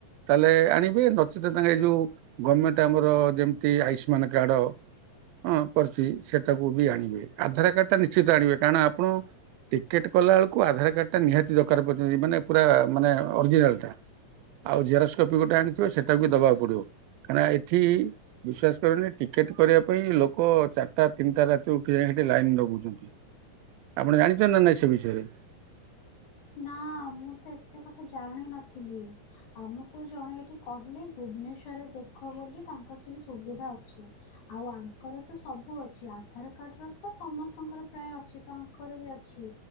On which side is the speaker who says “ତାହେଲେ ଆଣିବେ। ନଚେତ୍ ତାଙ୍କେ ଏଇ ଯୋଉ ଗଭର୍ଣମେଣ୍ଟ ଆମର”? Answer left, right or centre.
Right